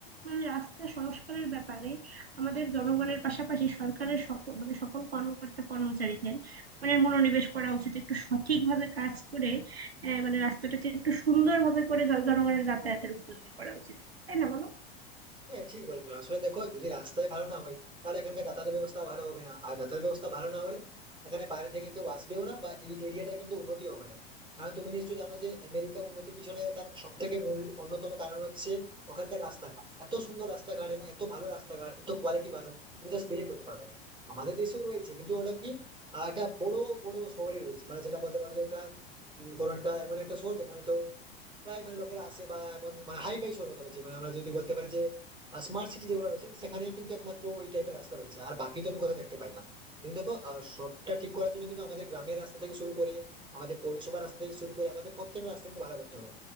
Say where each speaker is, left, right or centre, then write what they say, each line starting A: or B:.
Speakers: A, on the right; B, on the right.
A: মানে রাস্তা সংস্কারের ব্যাপারে আমাদের জনগণের পাশাপাশি সরকারের সকল মানে সকল কর্মকর্তা কর্মচারীদের মানে মনোনিবেশ করা উচিত একটু সঠিকভাবে কাজ করে আহ, মানে রাস্তাটাকে একটু সুন্দরভাবে করে জন- জনগণের যাতায়াতের উপযোগী করা উচিত তাই না বলো
B: হ্যাঁ ঠিক বলেছো আসলে দেখো যদি রাস্তায় ভালো না হয় তাহলে এখানকার যাতায়াত ব্যবস্থা ভালো হবে না আর যাতায়াত ব্যবস্থা ভালো না হলে এখানে বাইরে থেকে কেউ আসবেও না বা এই এরিয়াটা কিন্তু উন্নতি হবে না কারণ তুমি নিশ্চয়ই জানো যে আমেরিকা উন্নতির পিছনে তার সব থেকে মূল অন্যতম কারণ হচ্ছে ওখানকার রাস্তাঘাট এত সুন্দর রাস্তাঘাট এবং এত ভালো রাস্তাঘাট এত কোয়ালিটি ভালো তুমি জাস্ট বিলিভ করতে পারবে না আমাদের দেশেও রয়েছে কিন্তু ওটা কি আহ, একটা বড় বড় শহরে রয়েছে মানে যেটা বলতে পারো যে একটা উম, কোনো একটা এমন একটা শহর যেখানে তো প্রায় মানে লোকেরা আসে বা এমন মানে হাই ফাই শহর কথা বলছি মানে আমরা যদি বলতে পারি যে স্মার্ট সিটি যেগুলো রয়েছে সেখানেই কিন্তু একমাত্র ওই টাইপের রাস্তা রয়েছে আর বাকি তো আমি কোথাও দেখতে পাই না কিন্তু দেখো আহ, সবটা ঠিক করার জন্য কিন্তু আমাদের গ্রামের রাস্তা থেকে শুরু করে আমাদের পৌরসভার রাস্তা থেকে শুরু করে আমাদের প্রত্যেকটা রাস্তা কিন্তু ভালো করতে হবে